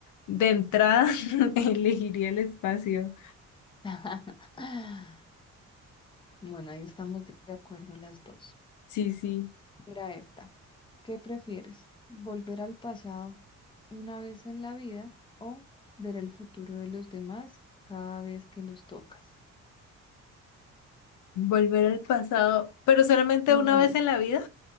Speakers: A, on the left; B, on the left.
A: de entrada <laughs> elegiría el espacio.
B: <laughs> Bueno, ahí estamos de de acuerdo las dos.
A: Sí, sí.
B: Mira esta. ¿Qué prefieres? ¿Volver al pasado una vez en la vida o ver el futuro de los demás cada vez que los tocas?
A: Volver al pasado, pero solamente
B: Una
A: una
B: vez,
A: vez en la vida.